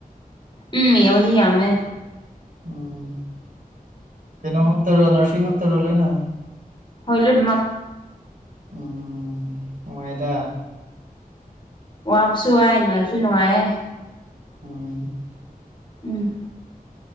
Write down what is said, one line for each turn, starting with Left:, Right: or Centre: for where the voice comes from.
Left: ꯎꯝ ꯌꯃꯗꯤ ꯌꯥꯃꯦ
Right: ꯎꯝ ꯀꯩꯅꯣꯃꯛꯇꯔꯣ ꯅꯔꯁꯤꯡ ꯉꯛꯇꯔꯣ ꯂꯣꯏꯅ
Left: ꯍꯣꯏꯂꯣꯏ ꯑꯗꯨꯃ
Right: ꯎꯝ ꯃꯅꯨꯡꯣꯏꯥꯏꯗ
Left: ꯋꯥꯞꯁꯨ ꯍꯥꯏ ꯅꯨꯡꯉꯥꯏꯕꯁꯨ ꯅꯨꯡꯉꯥꯏ
Right: ꯎꯝ
Left: ꯎꯝ